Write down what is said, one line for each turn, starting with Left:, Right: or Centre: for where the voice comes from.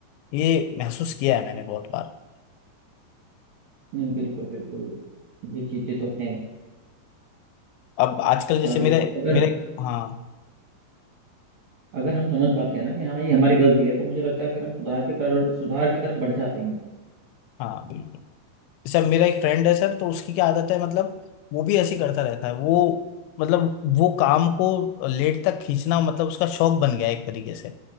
Left: ये महसूस किया है मैंने बहुत बार
Right: नहीं बिल्कुल बिल्कुल ये चीज़ें तो हैं
Left: अब आजकल जैसे
Right: पर
Left: मेरे
Right: अगर
Left: मेरे हाँ
Right: अगर हम समझ पाते हैं ना कि हाँ ये हमारी गलती है तो मुझे लगता है फिर हम सुधार भी कर सुधार की तरफ बढ़ जाते हैं
Left: हाँ बिल्कुल सर मेरा एक फ्रेंड है सर तो उसकी क्या आदत है मतलब वो भी ऐसी करता रहता है वो मतलब वो काम को लेट तक खींचना मतलब उसका शौक बन गया है एक तरीके से